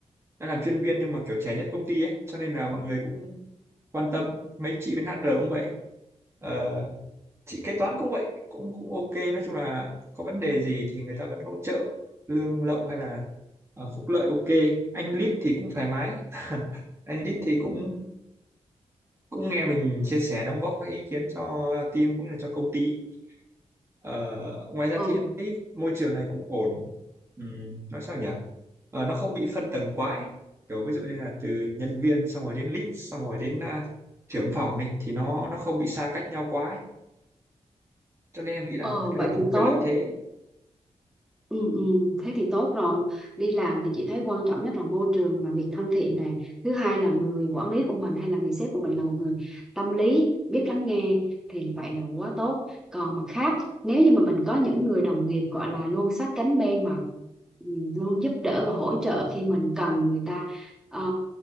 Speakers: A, on the right (about 20°); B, in the centre.
A: em làm chuyên viên nhưng mà kiểu trẻ nhất công ty ấy cho nên là mọi người cũng quan tâm mấy chị bên HR cũng vậy Ờ, chị kế toán cũng vậy cũng cũng ok nói chung là có vấn đề gì thì người ta vẫn hỗ trợ lương lậu hay là ờ, phúc lợi ok anh lead thì cũng thoải mái <laughs> anh lead thì cũng cũng nghe mình chia sẻ đóng góp các ý kiến cho team cũng như là cho công ty ờ, ngoài ra
B: Ừ.
A: thì em thấy môi trường này cũng ổn Ừm, nói sao nhỉ Ờ, nó không bị phân tầng quá ấy. kiểu ví dụ như là từ nhân viên xong rồi đến lead xong rồi đến à, trưởng phòng đi thì nó nó không bị xa cách nhau quá ấy. cho nên em nghĩ là
B: Ờ
A: cái
B: vậy
A: đấy là một
B: thì
A: cái
B: tốt.
A: lợi thế
B: Ừ, ừ, thế thì tốt rồi đi làm thì chị thấy quan trọng nhất là môi trường làm việc thân thiện này thứ hai là người quản lý của mình hay là người sếp của mình là một người tâm lý biết lắng nghe thì vậy là quá tốt còn mặt khác nếu như mà mình có những người đồng nghiệp gọi là luôn sát cánh bên mà ừ, luôn giúp đỡ và hỗ trợ khi mình cần người ta ờ,